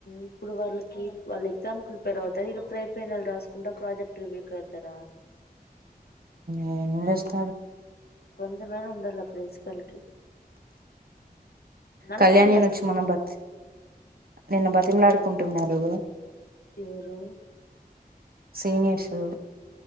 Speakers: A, on the left; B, on the right.
A: ఇప్పుడు వాళ్ళకి వాళ్ళు ఎగ్జామ్ ప్రిపేర్ అవుతారు ఇ ప్రై ఫైనల్ రాసుకుంటా ప్రాజెక్ట్ వి కాతర
B: ఏ వస్త
A: కొంచంచమేరం ఉండల ప్రిసిపల్కి మనకేం
B: కళ్యాణన
A: చేస్తారు
B: వచ్చు మొన బర్త్ నిన్న బత్ తిమ్లాడుకుంటున్నారు
A: యరో
B: సీనియర్సు